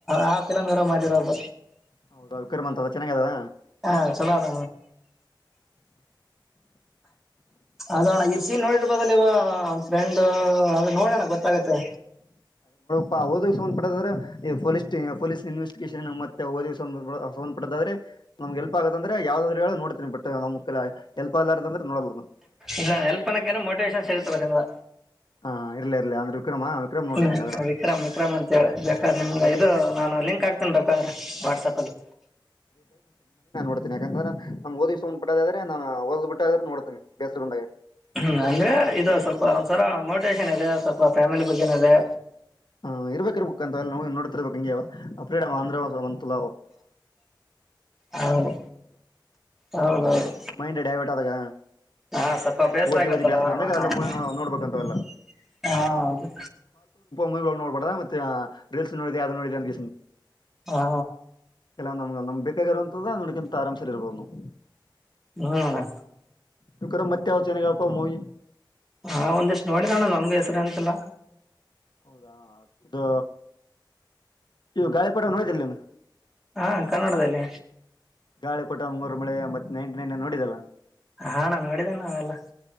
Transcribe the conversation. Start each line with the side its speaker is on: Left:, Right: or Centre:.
Centre: ಆ ಫಿಲಮ್ ಇರ ಮಾಡಿ ರಬ
Left: ಹೌದ ಅವಿಕ್ರಮ ಅಂತ ಚೆನ್ನಾಗದ
Centre: ಹಾ ಚಲೋ ಅಣ ಅದಣ ಎ ನೋ ಬದಲುವಂಡ ದು ಅದು ನೋಡೋಣ ಗೊತ್ತಾಗತ್ತೆ
Left: ಪಾ ಹೌದದು್ ಪಡೆದ್ರೆ ಈ ಪೊಲಸ್ ಪೊಲೀಸ್ ಇನ್ವೆಸ್ಟಗೇಷನ್ ಮತ್ತೆಓದ ಸಂಬಂಧಪಟ್ಟಾದ್ರೆ ನಮಗೆಲ್ಪ್ ಆಗೆಂದ್ರೆ ಯಾವದಾದ್ರು ಹೇಳ ನೋಡ್ತೀ ಬಟ್ ನಮ್ ಹೆಲ್ಪ್ ಆಗ್ಲಾರ್ದಂದ್ರೆ ನೋಡಲ್ಲ ನಾನು
Centre: ಇಲ್ಲ ನ ಎಲ್ಪ್ಪನಕ ಏನ ಮೋಟಿವೇಶನ್ ಸಿಗತ ಬರಿಂದ
Left: ಹಾ ಇರ್ಲಿ ಇರ್ಲಿ ಅಂದ್ರೆ ವಿಕ್ರಮ ವಿಕ್ರಮ್ ನೋಡಿದ್ರಿ
Centre: ಹ್ಮ್
Left: ಹಂಗಾದ್ರೆ
Centre: ವಿಕ್ರಮ್ ವಿಕ್ರಮ್ ಅಂತ ಬೇಕಾದ್ರ ನಿಮ್ಗೆ
Left: ಟೈಮ್ಸ್
Centre: ಇದು ನಾನು ಲಿಂಕ್ ಆಗ್ತೇನ ಬೇಕಾದ್ರ ವಾಟ್ಸಪ ಅಲ್ಲಿ
Left: ನಡ್ತಿ ಯಾಕಂದ ನ ಓದಿ್ಂದ ಬಿದ್ರ ನಾ ಓದ್ ಬಿಟ್ಟ್ರ ನೋಡ್ತೇಿ ಬೇಸ ಬಂದಾಗ
Centre: ಹ್ಮ ಅಂದ್ರೆ ಇದು ಸ್ವಲ್ಪ ಒಂದ್ಸರ ಮೋಟಿವೇೇಶನ್ ಇದೆ ಸ್ವಲ್ಪ ಫ್ಯಾಮಿಲಿ ಬಗ್ಗೆನ ಇದೆ
Left: ಹಾ ಇರ್ಬೇಕಿ ಇರ್ಬೇಕುಕ್ ಅಂತ ನೋಡ್ತಿರ್ಬೇಕು ಹಿಂಗಗೆ್ರಡ ಆಂಧ್ರಂತಾ
Centre: ಹೌದು ಹೌದೌದು
Left: ಮೈಂಡ್ ಡೈವರ್ಟ್ ಆದಾಗ
Centre: ಹಾ ಸ್ವಲ್ಪ ಬೇಸರ
Left: ಓದಿ
Centre: ಆಗತ್ತಲ್ಲ
Left: ಓದಿ ಬೇಸರ ಬಂದಾಗ
Centre: ಅವಾಗ ಹಾ
Left: ಎಲ್ಲ ಮೂವಿ ನೋಡ್ಬೇಕಂತವಲ್ಲ
Centre: ಹೌದು
Left: ಮೂವಿ ನೋಡ್ಬಾರದ ಮತ್ತೆ ರೀಲ್ಸ್ ನೋಡಿದೆ ಯ ನೋಡಿದೆ ಅಂತ
Centre: ಹಾ
Left: ಎಲ್ಲ ನಮ್ಗೆ ನಮ್ ಬೇಕಾಗಿರುವಂತದ ನೋಡ್ಿಂತ ಆರಾಮಸರ್ ಇರ್ಬಹದುವು
Centre: ಹ್ಮಣ <unintelligible>
Left: ತಕರ ಮತ್ತೆ ಅವ ಚೆನ್ನಾಗಪ್ಪ ಮೂವಿ,
Centre: ಹಾ, ಒಂದಿಷ್ಟು ನೋಡಿದ ಅಣ್ಣ ನನ್ಗೂ ಹೆಸರುನೆನಪಿಲ್ಲಾ.
Left: ಹೌದಾ, ಇದು ಇವು ಗಾಳಿಪಟ ನೋಡ್ದಿಯಲ್ಲ.
Centre: ಹಾ, ಕನ್ನಡದಲ್ಲಿ
Left: ಗಾಳಿ ಪುಟ ಮುಂಗೂರು ಮಳೆ, ಮತ್ತೆ ನೈಂಟಿ ನೈನ್ ನೋಡಿದಲ್ಲಾ..
Centre: ಹಾ, ಅಣ್ಣ ನೋಡಿದ್ದೇನೆ ಅವೆಲ್ಲ.